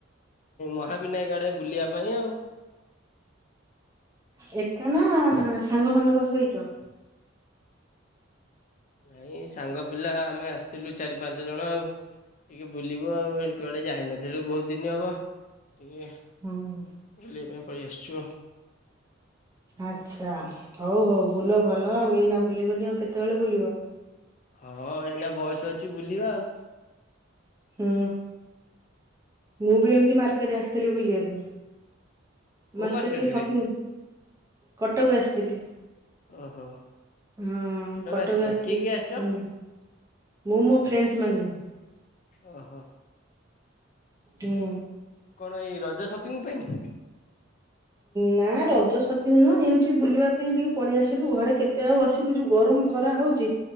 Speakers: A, on the left; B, on the right.
A: ମହାବିନାୟକ ଟେ <unintelligible> ବୁଲିବା ପାଇଁ ଆଉ।
B: ଏକ <unintelligible> ନା ସାଙ୍ଗ ମାନଙ୍କ ସହିତ।
A: ନାଇଁ ସାଙ୍ଗ ପିଲା ଆମେ ଆସିଥିଲୁ ଚାରି ପାଞ୍ଚ ଜଣ ଆଉ ଟିକେ ବୁଲିବୁ ଆଉ କୁଆଡେ ଯାଇ ନଥିଲୁ ବହୁତ ଦିନ ହବ। ଟିକେ
B: ହୁଁ
A: ବୁଲିବା ପାଇଁ। କରି ଆସଛୁ ଆଉ।
B: ଆଚ୍ଛା ହଉ ହଉ। ବୁଲ ଭଲ ଆଉ ଏଇନା ବୁଲିବନି ଆଉ କେତେବେଳେ ବୁଲିବ।
A: ହଁ ଏଇନା ବୟସ ଅଛି ବୁଲିବା ଆଉ।
B: ହୁଁ। ମୁଁ ବି ଏମତି ମାର୍କେଟରେ ଆସିଥିଲି ବୁଲିବାକୁ।
A: କୋଉ
B: ମାର୍କେଟ କି ଶପିଂ।
A: କିରେ?
B: କଟକ ଆସିଥିଲି।
A: ଓହୋ
B: ହଁ କଟକ
A: ଆସିଛ
B: ଆସିଛି
A: କିଏ କିଏ ଆସିଛ
B: ହୁଁ ମୁଁ ମୋ ଫ୍ରେଣ୍ଡସ ମାନେ।
A: ଓହୋ।
B: ହୁଁ।
A: କଣ ଏଇ ରଜ ସପିଂ ପାଇଁ।
B: ନା ରଜ ସପିଙ୍ଗ ନୁହଁ ଏମିତି ବୁଲିବା ପାଇଁ ଟିକେ ପଳେଇ ଆସଛୁ ଘରେ କେତେ ଆଉ ବସିବୁ ଛୁ ଗରମ ଖରା ହଉଛି